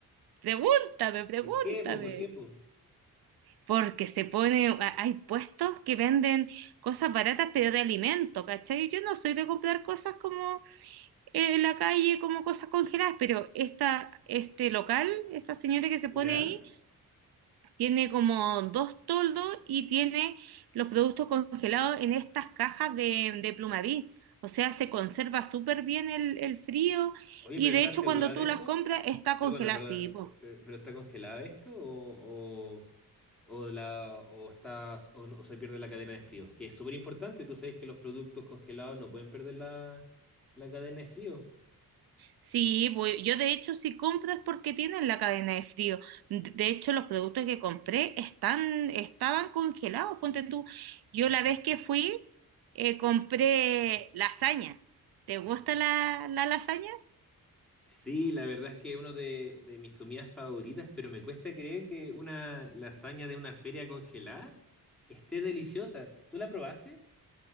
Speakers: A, on the right; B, in the centre.
A: Pregúntame, pregúntame.
B: ¿Por qué, po? ¿Por qué, po?
A: Porque se pone, a- hay puestos que venden cosas baratas, pero de alimento, ¿cachai? Yo no soy de comprar cosas como eh, en la calle como cosas congeladas, pero esta, este local, esta señora que se
B: ¿Ya?
A: pone ahí, tiene como dos toldos y tiene los productos congelados en estas cajas de, de Plumaví. O sea, se conserva súper bien el, el frío
B: Oye,
A: y
B: pero
A: de
B: ¿estás
A: hecho
B: segura
A: cuando
B: de
A: tú
B: esto?
A: las compras está
B: Perdona,
A: congelado,
B: perdona.
A: sí, pues,
B: pe- pe- ¿Pero, está congelada esto? ¿O, o, o la, o, estás, o, no- o se pierde la cadena de frío? Que es súper importante. Tú sabes que los productos congelados no pueden perder la, la cadena de frío.
A: Sí, voy- yo de hecho si compro es porque tienen la cadena de frío. De de hecho los productos que compré están, estaban congelados, ponte tú. Yo la vez que fui eh, compré lasaña. ¿Te gusta la, la lasaña?
B: Sí, la verdad es que uno de, de mis comidas favoritas, pero me cuesta creer que una lasaña de una feria congelada esté deliciosa. ¿Tú la probaste?